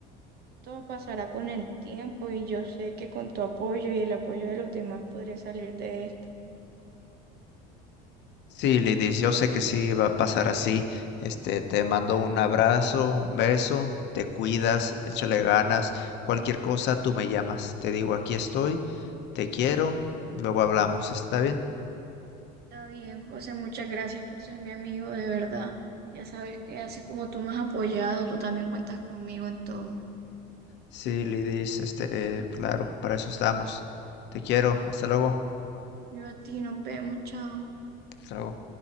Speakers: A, on the right (about 50°); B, on the left (about 60°).
A: todo pasará con el tiempo y yo sé que con tu apoyo y el apoyo de los demás podré salir de
B: Sí, Lidis, yo sé que sí va a pasar así. Este, te mando un abrazo, un beso, te cuidas, échale ganas. Cualquier cosa, tú me llamas. Te digo, aquí estoy, te quiero, luego hablamos, ¿está bien?
A: Está bien, José, muchas gracias por ser mi amigo, de verdad. Ya sabes que así como tú me has apoyado, tú también cuentas conmigo en todo.
B: Sí, Lidis, este, claro, para eso estamos. Te quiero, hasta luego.
A: Yo a ti, nos vemos, chao.
B: Hasta luego.